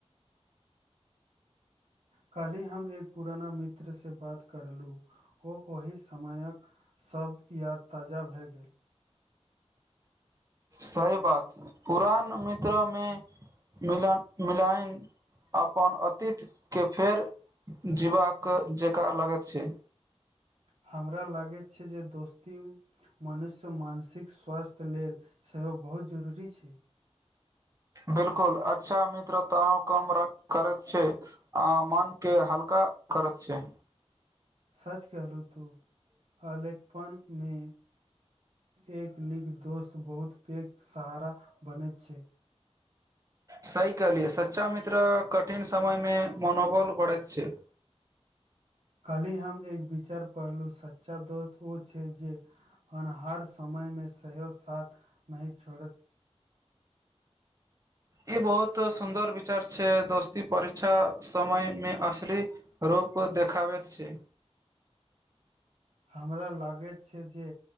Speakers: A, on the right (about 80°); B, on the right (about 30°).
A: काल्हि हम एक पुराना मित्र से बात करलु ओ ओहि समयक सब याद ताजा भए गेल
B: सही बात पुरान मित्रमे मिलन मिलाइन अपन अतीतके फेर जीबाक जेका लगैत छै
A: हमरा लागैत छै जे दोस्ती मनुष्य मानसिक स्वास्थ्य लेल सेहो बहुत जरूरी छै
B: बिल्कुल अच्छा मित्र तनाव कम करैत छै आ मन के हल्का करैत छै
A: सच कहलू तू अलेकपनमे एक नीक दोस्त बहुत पैघ सहारा बनैत छै
B: सही कहलियै सच्चा मित्र कठिन समय मे मनोबल बढ़ैत छै
A: कल्हि हम एक विचार पढ़लु सच्चा दोस्त ओ छै जे हनहार समयमे सेहो साथ नहि छोडैत
B: ई बहुत सुंन्दर विचार छै दोस्ती परीक्षा समयमे असली रूप देखाबैत छै
A: हमरा लागैत छै जे